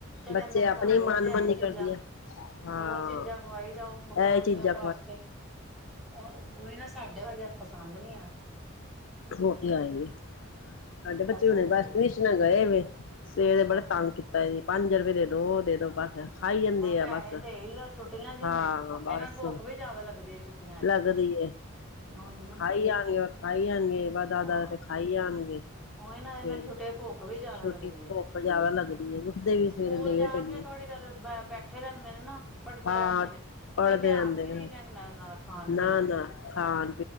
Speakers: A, on the left (about 65°); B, in the centre.
A: ਬੱਚੇ
B: ਕਹਿੰਦੇ ਸਾਨੂੰ
A: ਆਪਣੀ
B: ਰੋਜ਼
A: ਮਾਨਮਨੀ
B: ਇਹੀ ਚੀਜ਼ਾਂ
A: ਕਰਦੇ ਆ ਹਾਂ
B: ਰੋਜ਼ ਚੀਜ਼ਾਂ ਖਵਾਈ ਜਾਓ ਮਕਰੋਨੀਆਂ
A: ਇਹ ਚੀ ਪੀਜ਼ਾ
B: ਪਾਸਤੇ ਉਹੀ ਨਾ ਸਾਡੇ ਵਰਗੈ ਨੂੰ ਪਸੰਦ ਨਹੀਂ ਆ।
A: ਹੋ ਤੇ ਆਏਂਗੇ। ਸਾਡੇ ਬੱਚੇ
B: ਇੰਝ
A: ਹੁਣੇ ਬਸ
B: ਹੀ
A: ਟਿਉਸ਼ਨ ਗਏ ਵੇ
B: ਆ
A: ਸਵੇਰ
B: ਅੱਛਾ
A: ਦਾ ਬੜਾ ਤੰਗ ਕੀਤਾ ਜੀ ਪੰਜ ਰੁਪਏ ਦੇ ਦੋ ਉਹ ਦੇ ਦੋ ਖਾਈ ਜਾਂਦੇ
B: ਮੈਂ ਪੈਸੇ
A: ਆ ਬਸ
B: ਦੇ ਹੀ ਆ ਛੁੱਟੀਆਂ ਚ
A: ਹਾਂ
B: ਨੇ ਇਹਨਾਂ
A: ਬਸ
B: ਭੁੱਖ ਵੀ ਜਿਆਦਾ ਲੱਗਦੀ ਹੈ ਛੁੱਟੀਆਂ ਚ
A: ਲੱਗਦੀ।
B: ਉਹੀ ਨਾ
A: ਖਾਈ ਜਾਂਣਗੇ ਖਾਈ ਜਾਂਣਗੇ ਬਸ ਦੱਸ
B: ਹਾਂ
A: ਦੱਸ ਰੁਪੲਏ ਖਾਈ ਜਾਂਣਗੇ।
B: ਉਹੀ ਨਾ ਇਹਨਾਂ
A: ਸਵੇਰੇ
B: ਨੂੰ ਛੁੱਟੀਆਂ ਭੁੱਖ ਵੀ ਜਿਆਦਾ
A: ਛੁੱਟੀ
B: ਲੱਗਦੀ ਹੈ
A: ਭੁੱਖ ਜਿਆਦਾ ਲੱਗਦੀ ਹੈ ਉੱਠਦੇ ਵੀ ਸਵੇਰੇ
B: ਸਕੂਲ
A: ਲੇਟ
B: ਜਾਣਗੇ
A: ਇੰਨੀ
B: ਥੋੜ੍ਹੀ ਦੇਰ ਬੈਠੇ ਰਹਿੰਦੇ ਨੇ ਨਾ ਪੜ੍ਹਦੇ
A: ਹਾਂ
B: ਰਹਿੰਦੇ ਨੇ।
A: ਪੜ੍ਹਦੇ
B: ਫਿਰ ਧਿਆਨ
A: ਰਹਿੰਦੇ
B: ਵੀ ਨੀ
A: ਆ
B: ਰਹਿੰਦਾ ਇਹਨਾਂ ਦਾ ਖਾਣ
A: ਨਾ
B: ਪੀਣ ਨਾਲ
A: ਨਾ ਖਾਣ